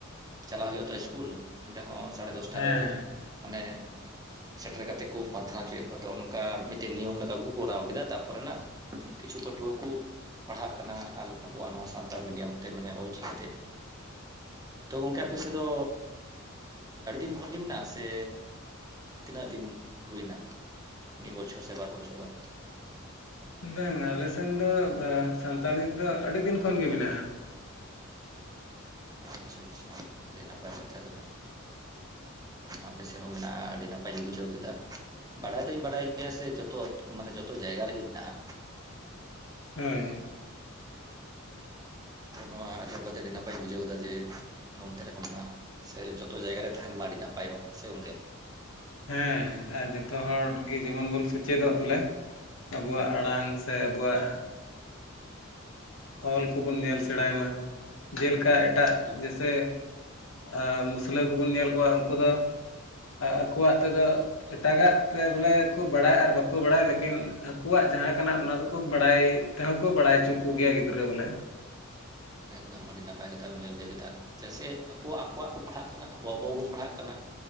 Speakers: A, on the right (about 20°); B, on the left (about 75°).
A: ᱪᱟᱞᱟᱣ ᱦᱳᱭᱳᱜ ᱟᱛᱚ ᱤᱥᱠᱩᱞ ᱚᱸᱰᱮ ᱦᱚᱸ ᱥᱟᱲᱮ ᱫᱚᱥᱴᱟ
B: ᱦᱮᱸ
A: ᱨᱮ ᱢᱟᱱᱮ ᱥᱮᱴᱮᱨ ᱠᱟᱛᱮᱜ ᱠᱚ ᱯᱟᱨᱛᱷᱟᱱᱟ ᱦᱚᱪᱚᱭᱮᱜ ᱠᱚᱣᱟ ᱛᱚ ᱚᱱᱠᱟ ᱢᱤᱫᱴᱮᱱ ᱱᱤᱭᱚᱢ ᱞᱮᱠᱟ ᱠᱚ ᱠᱚᱨᱟᱣ ᱠᱮᱫᱟ ᱛᱟ ᱯᱚᱨᱮᱱᱟᱜ ᱠᱤᱪᱷᱩ ᱯᱟᱹᱴᱷᱩᱣᱟᱹ ᱠᱚ ᱯᱟᱲᱦᱟᱜ ᱠᱟᱱᱟ ᱟᱵᱚᱣᱟᱜ ᱱᱚᱣᱟ ᱥᱟᱱᱛᱟᱲ ᱢᱤᱰᱤᱭᱟᱢ ᱛᱮ ᱢᱟᱱᱮ ᱚᱞ ᱪᱤᱠᱤ ᱛᱮ ᱛᱚ ᱜᱚᱝᱠᱮ ᱟᱯᱮ ᱥᱮᱜ ᱫᱚ ᱟᱹᱰᱤ ᱫᱤᱱ ᱠᱷᱚᱱ ᱜᱮ ᱢᱮᱱᱟᱜᱼᱟ ᱥᱮ ᱛᱤᱱᱟᱹᱜ ᱫᱤᱱ ᱦᱩᱭ ᱱᱟ ᱢᱤᱫ ᱵᱚᱪᱷᱚᱨ ᱥᱮ ᱵᱟᱨ ᱵᱚᱪᱷᱚᱨ ᱜᱟᱱ
B: ᱵᱟᱝ ᱟᱞᱮ ᱥᱮᱱ ᱫᱚ ᱥᱟᱱᱛᱟᱞᱤ ᱛᱮᱫᱚ ᱟᱹᱰᱤ ᱫᱤᱱ ᱠᱷᱚᱱ ᱜᱮ ᱢᱮᱱᱟᱜᱼᱟ
A: ᱟᱪᱪᱷᱟ ᱟᱪᱪᱷᱟ ᱟᱹᱰᱤ ᱱᱟᱯᱟᱭ ᱠᱟᱛᱷᱟ ᱠᱟᱱᱟ ᱟᱯᱮ ᱥᱮᱜ ᱦᱚᱸ ᱢᱮᱱᱟᱜᱼᱟ ᱟᱹᱰᱤ ᱱᱟᱯᱟᱭᱤᱧ ᱵᱩᱡᱷᱟᱹᱣ ᱠᱮᱫᱟ ᱵᱟᱰᱟᱭ ᱫᱩᱧ ᱵᱟᱰᱟᱭ ᱜᱮᱭᱟ ᱥᱮ ᱡᱚᱛᱚ ᱢᱟᱱᱮ ᱡᱚᱛᱚ ᱡᱟᱭᱜᱟ ᱨᱮᱜᱮ ᱢᱮᱱᱟᱜᱼᱟ
B: ᱦᱳᱭ
A: ᱛᱚ ᱱᱚᱣᱟ ᱟᱸᱡᱚᱢ ᱠᱟᱛᱮ ᱟᱹᱰᱤ ᱱᱟᱯᱟᱭᱤᱧ ᱵᱩᱡᱷᱟᱹᱣ ᱠᱮᱫᱟ ᱡᱮ ᱱᱚᱱᱛᱮ ᱨᱮᱦᱚᱸ ᱢᱮᱱᱟᱜᱼᱟ ᱥᱮ ᱡᱚᱛᱚ ᱡᱟᱭᱜᱟ ᱨᱮ ᱛᱟᱦᱮᱸᱱ ᱢᱟ ᱟᱹᱰᱤ ᱱᱟᱯᱟᱭᱚᱜᱼᱟ ᱥᱮ ᱜᱚᱝᱠᱮ
B: ᱦᱮᱸ ᱟᱨ ᱡᱚᱛᱚ ᱦᱚᱲ ᱜᱮ ᱡᱮᱢᱚᱱ ᱵᱚᱱ ᱥᱮᱪᱮᱫᱚᱜ ᱵᱚᱞᱮ ᱟᱵᱚᱣᱟᱜ ᱟᱲᱟᱝ ᱥᱮ ᱟᱵᱚᱣᱟᱜ ᱚᱞ ᱠᱚᱵᱩᱱ ᱧᱮᱞ ᱥᱮᱬᱟᱭ ᱢᱟ ᱡᱮᱞᱮᱠᱟ
A: ᱦᱩᱸ
B: ᱮᱴᱟᱜ
A: ᱮᱠᱫᱚᱢ
B: ᱡᱮᱭᱥᱮ ᱮᱸ ᱢᱩᱥᱞᱟᱹ ᱠᱚᱵᱚᱱ ᱧᱮᱞ ᱠᱚᱣᱟ ᱩᱱᱠᱩᱫᱚ ᱟᱠᱚᱣᱟᱜ ᱛᱮᱫᱚ ᱮᱴᱟᱜᱟᱜ ᱛᱮ ᱵᱚᱞᱮ ᱠᱚ ᱵᱟᱲᱟᱭ ᱟᱨ ᱵᱟᱠᱚ ᱵᱟᱲᱟᱭ ᱞᱮᱠᱤᱱ ᱟᱠᱚᱣᱟᱜ ᱡᱟᱦᱟᱸ ᱠᱟᱱᱟ ᱚᱱᱟ ᱫᱚᱠᱚ ᱵᱟᱲᱟᱭ ᱛᱮᱦᱚᱸ ᱠᱚ ᱵᱟᱲᱟᱭ ᱦᱚᱪᱚ ᱠᱩ ᱜᱮᱭᱟ ᱜᱤᱫᱽᱨᱟᱹ ᱵᱚᱞᱮ
A: ᱮᱠᱫᱚᱢ ᱟᱹᱰᱤ ᱱᱟᱯᱟᱭ ᱠᱟᱛᱷᱟ ᱵᱮᱱ ᱞᱟᱹᱭ ᱠᱮᱫᱟ ᱪᱮᱥᱮ ᱟᱠᱚᱣᱟᱜ ᱟᱠᱚᱣᱟᱜ ᱠᱚ ᱯᱟᱲᱦᱟᱜ ᱠᱟᱱᱟ ᱟᱵᱚ ᱟᱵᱚᱣᱟᱜ ᱵᱚᱱ ᱯᱟᱲᱦᱟᱜ ᱠᱟᱱᱟ